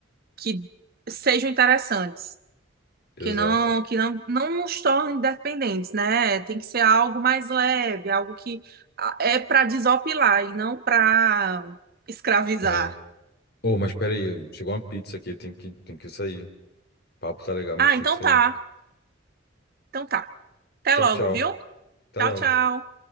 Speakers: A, on the right; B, on the left.
A: que sejam interessantes,
B: exato.
A: que não que não, não nos tornem dependentes, né? Tem que ser algo mais leve, algo que ah, é pra desopilar e não para escravizar.
B: É. Ô, mas peraí, chegou uma pizza aqui, tem que, tem que sair. Papo tá legal, mas
A: Ah,
B: tem
A: então
B: que sair.
A: tá. Então tá. Até
B: Tchau,
A: logo,
B: tchau.
A: viu?
B: Até
A: Tchau,
B: logo.
A: tchau.